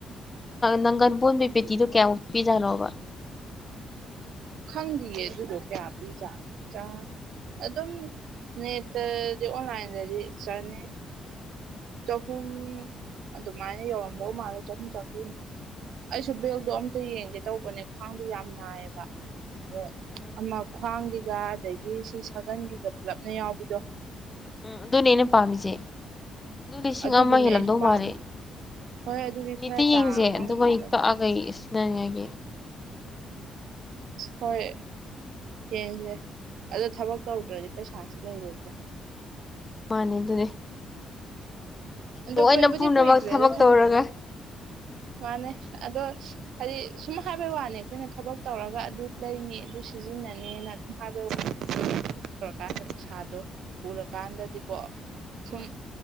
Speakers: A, on the left; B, on the right.
A: ꯅꯪꯒꯟ ꯄꯣꯟꯕꯒꯤ ꯄꯦꯇꯤꯗꯨꯣ ꯀꯌꯥꯃꯨꯛ ꯄꯤꯖꯥꯠꯅꯣꯕ
B: ꯈꯪꯗꯦꯌꯦ ꯑꯗꯨꯗꯣ ꯀꯌꯥ ꯄꯤꯖꯥꯠꯅꯣ ꯆꯥ ꯑꯗꯨꯝ ꯅꯦꯠꯇꯗꯤ ꯑꯣꯟꯂꯥꯏꯟꯗꯗꯤ ꯆꯥꯅꯤ ꯆꯍꯨꯝ ꯑꯗꯨꯃꯥꯏꯅ ꯌꯧꯔꯝꯗꯧ ꯃꯥꯜꯂꯦ ꯆꯍꯨꯝ ꯆꯥꯝꯕ꯭ꯔꯤꯃꯨꯛ ꯑꯩꯁꯨ ꯕꯦꯜꯗꯣ ꯑꯝꯇ ꯌꯦꯡꯒꯦ ꯇꯧꯕꯅꯦ ꯈ꯭ꯋꯥꯡꯗꯣ ꯌꯥꯝ ꯅꯥꯏꯌꯦꯕ ꯑ
A: ꯎꯝ
B: ꯑꯃ ꯈ꯭ꯋꯥꯡꯒꯤꯒ ꯑꯗꯒꯤ ꯁꯤ ꯁꯥꯒꯟꯒꯤꯒ ꯄꯨꯂꯞꯅ ꯌꯥꯎꯕꯤꯗꯣ
A: ꯎꯝ ꯑꯗꯨꯅꯦ ꯑꯩꯅ ꯄꯥꯝꯃꯤꯁꯦ ꯑꯗꯨ ꯂꯤꯁꯤꯡ
B: ꯑꯗꯨꯗꯨꯅꯦ
A: ꯑꯃ ꯍꯦꯜꯂꯝꯗꯧ
B: ꯑꯩꯁꯨ ꯄꯥꯝꯃꯤ
A: ꯃꯥꯜꯂꯦ
B: ꯍꯣꯏ ꯑꯗꯨꯗꯤ
A: ꯅꯦꯠꯇ
B: ꯈꯔ
A: ꯌꯦꯡꯁꯦ
B: ꯇꯥꯡꯉꯝꯒꯅꯤ
A: ꯑꯗꯨꯒ ꯀꯛꯑꯒ ꯁꯤꯖꯤꯟꯅꯅꯤꯡꯉꯥꯏꯒꯤ
B: ꯍꯣꯏ ꯌꯦꯡꯁꯦ ꯑꯗꯨ ꯊꯕꯛ ꯇꯧꯗ꯭ꯔꯗꯤ ꯄꯩꯁꯥꯁꯨ ꯂꯩꯔꯣꯏꯀꯣ
A: ꯃꯥꯅꯤ ꯑꯗꯨꯅꯦ
B: ꯑꯗꯣ
A: ꯂꯣꯏꯅ
B: ꯀꯨꯣꯏꯕꯨꯗꯤ
A: ꯄꯨꯝꯅꯃꯛ
B: ꯀꯨꯏꯗ꯭ꯔꯦꯗ ꯊꯕꯛ
A: ꯇꯧꯔꯒ
B: ꯃꯥꯅꯦ ꯑꯗꯣ ꯍꯥꯏꯗꯤ ꯁꯨꯝ ꯍꯥꯏꯕꯩ ꯋꯥꯅꯤ ꯑꯩꯈꯣꯏꯅ ꯊꯕꯛ ꯇꯧꯔꯒ ꯑꯗꯨ ꯂꯩꯅꯤ ꯑꯗꯨ ꯁꯤꯖꯤꯟꯅꯅꯤꯅ <unintelligible> ꯇꯧꯔꯀꯥꯟꯗ
A: ꯎꯝ
B: ꯄꯩꯁꯥꯗꯣ ꯎꯔꯀꯥꯟꯗꯗꯤꯀꯣ ꯁꯨꯝ
A: ꯎꯝ